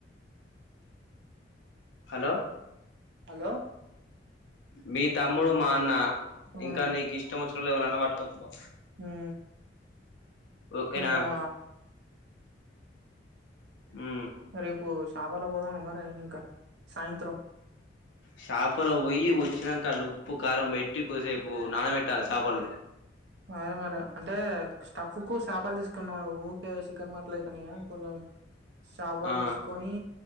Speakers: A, on the left; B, on the right.
A: హలో
B: హలో
A: మీ తమ్ముడు మా అన్న
B: ఆ
A: ఇంకా నీకు ఇష్టం వచ్చ ఎవైన్నా పట్కోవచ్చుకో
B: హ
A: ఓకేనా
B: ఇకా
A: ఉమ్
B: రేపు శాపలో పోదాం అమ్ మరి ఇంకా సాయంత్రం
A: షాపలో వ్యి వచ్చినాక లుప్పు కారం మెట్టి కొసేపుూ నాన వెట్టాలి సాపడ
B: అదే మరి అంటే స్టఫ్ కు చేాపాలు తీసుకున్నాం ఊరికే చికన్ మాటలు అయితున్నాయా కొంచెం చాపాలు
A: ఆ
B: తీసుకని